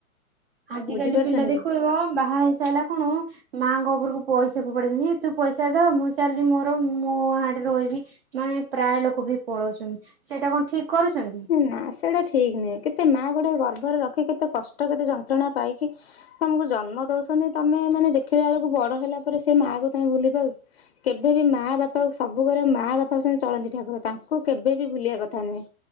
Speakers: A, on the right; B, on the left.
A: ଆଜିକାଲି
B: ବୁଝିପାରୁଛନ୍ତି
A: ପିଲା ଦେଖୁଉବ
B: କି?
A: ବାହା ହେଇସାଲା କଣ ମାଙ୍କ ଉପରକୁ ପଇସା ଫୋପାଡ଼ିିଦେ ତୁ ପଇସା ଧ ମୁଁ ଚାଲଲିି ମୋର ମୁ ହାଡେ ରହିବି। ମାନେ ପ୍ରାୟ ଲୋକ ବି ପଳଉଛନ୍ତି ସେଇଟା କଣ ଠିକ କରୁଛନ୍ତି।
B: ଏ ନା ସେଇଟା ଠିକ ନୁହେଁ, କେତେ ମା ଗୋଟେ ଗର୍ବରେ ରଖି କେତେ କଷ୍ଟ କେତେ ଯନ୍ତ୍ରଣା ପାଇକି ତମକୁ ଜନ୍ମ ଦଉଛନ୍ତି, ତମେ ମାନେ ଦେଖିଲା ବେଳକୁ ବଡ ହେଲା ପରେ ସେ ମା କୁ ତମେ ଭୁଲି ପାଉଛ। କେବେ ବିି ମାଆ ବାପା ସବୁ କର, ମାଆ ବାପା ହଉଛନ୍ତି ଚଳନ୍ତି ଠାକୁର ତାଙ୍କୁ କେବେ ବିି ଭୁଲିବା କଥା ନୁହେଁ।